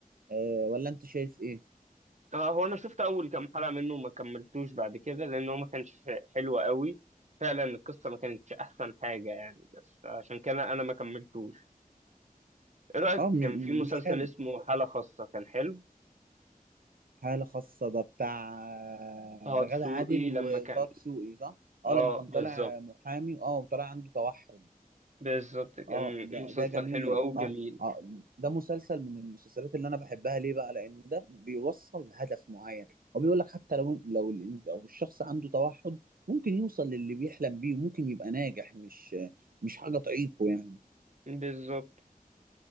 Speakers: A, on the right; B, on the right.
A: آه، ولا انت شايف ايه؟
B: اه هو انا شفت اول كام حلقه منه وما كملتوش بعد كده لان هو ما كانش حلو قوي فعلا القصه ما كانتش احسن حاجه يعني بس عشان كده انا ما كملتوش ايه رايك
A: اه م-
B: كان في مسلسل
A: مش حلو
B: اسمه حاله خاصه كان حلو
A: حالة خاصة ده بتاع آه،
B: طه دسوقي
A: غادة عادل
B: لما
A: وطه
B: كان
A: دسوقي صح؟ اه
B: اه
A: لما كان
B: بالظبط
A: طالع محامي اه وطالع عنده توحد
B: بالظبط كان
A: اه ده
B: مسلسل
A: ده جميل
B: حلو قوي
A: اه
B: جميل
A: اه ده مسلسل من المسلسلات اللي انا بحبها ليه بقى لان ده بيوصل لهدف معين هو بيقول لك حتى لو لو ال- لو الشخص عنده توحد ممكن يوصل للي بيحلم بيه وممكن يبقى ناجح مش مش حاجة تعيقه يعني
B: بالظبط